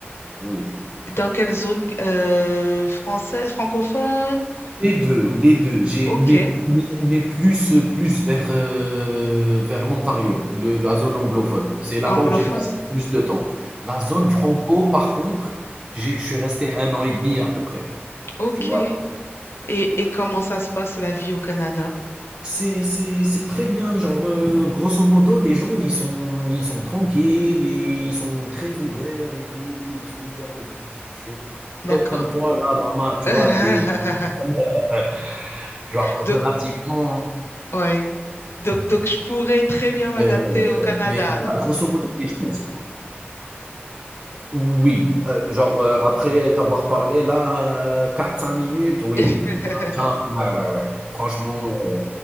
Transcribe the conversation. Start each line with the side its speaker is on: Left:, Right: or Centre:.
Right: oui.
Left: Dans quelle zone euh, française, francophone?
Right: Les 2,
Left: ou-
Right: les deux. j'ai
Left: Ok,
Right: mais mais plus, plus vers, heu, vers l'Ontario, le la zone anglophone. C'est là-bas
Left: anglophone.
Right: où j'ai passé le plus de temps. La zone
Left: Ok.
Right: franco, par contre, j'ai je suis resté un an et demi à peu près,
Left: ok.
Right: tu vois?
Left: Et, et comment ça se passe la vie au Canada?
Right: C'est, c'est, c'est très bien. Genre, euh, grosso modo, les gens, ils sont, ils sont tranquilles et ils sont très ouverts et tout. Ils sont ouverts aux discussions.
Left: D'accord?
Right: Comme, comme toi, là, maman, tu
Left: <laughs>
Right: vois, t'es, euh, genre,
Left: Donc,
Right: relativement,
Left: ouais. Donc, donc, je pourrais très bien m'adapter
Right: euh,
Left: au Canada
Right: mais
Left: alors.
Right: voilà, grosso modo, les gens, ils sont- oui, euh, genre, euh, après t'avoir parlé, là, euh, quatre cinq minutes, oui,
Left: <laughs>
Right: oui, oui. Tiens, ouais, ouais, ouais. Franchement, euh,